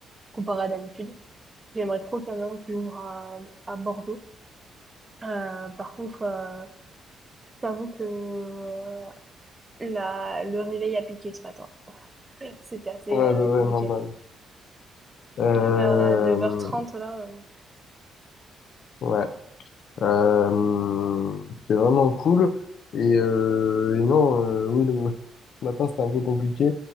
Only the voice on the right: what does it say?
comparé à d'habitude. J'aimerais trop qu'il y en ait un qui ouvre à, à Bordeaux. Euh, par contre, euh, j'avoue que euh, la, le réveil a piqué ce matin. C'était assez
euh,
compliqué.
Je me levais à neuf heures trente là. euh,